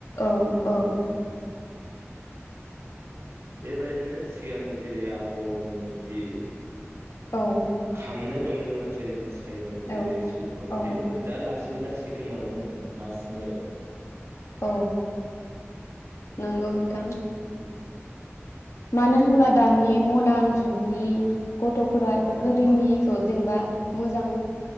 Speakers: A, on the left; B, on the right.
A: औ औ।
B: बेबायदिनो सिगांनि। जेरै आबौ आबौमोननि जि।
A: औ।
B: खामनाय दंमोन जेरै मोसै। बेयोमोन जे
A: औ
B: स्लकनो
A: औ
B: बेफोर दा लासै लासै। जि गोमालांनो हमगासिनो।
A: औ। नंगौ नोंथां।
B: उम।
A: मानो होनबब्ला दानि मदार्न जुग। नि गथ'फोरा बेफोर गोदोनिखौ जेनेबा मोजां